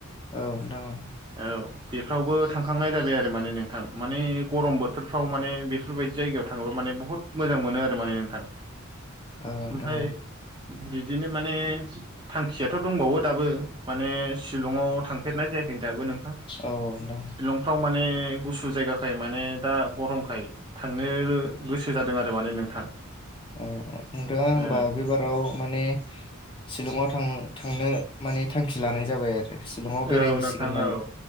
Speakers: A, on the left (about 25°); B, on the right (about 20°).
A: औ नोंथां औ
B: औ बेफ्रावबो थांखांनाय जाबाय आरो माने नोंथां माने गरम बोथोरफ्राव माने बे बेफोरबायदि जायगायाव थाङोबा माने बुहुत मोजां मोनो आरो माने नोंथां
A: औ नोंथां
B: ओमफ्राय बिदिनो माने थांखियाथ दंबावो दाबो माने शिलंआव थांफेरनाय जायाखै दाबो नों हो शिलंफ्राव
A: औ औ नोंथां
B: माने गुसु जायगाखौ थाखाय माने दा गरमखाय थांनो गोसो जादों आरो माने नोंथां
A: अ नोंथाङा होमबा
B: औ
A: बेबाराव माने शिलंआव थां थांनो माने थांखि लानाय जाबाय आरो शिलंआव बेराय
B: औ
A: होयसिगोन
B: नोंथां
A: माने
B: औ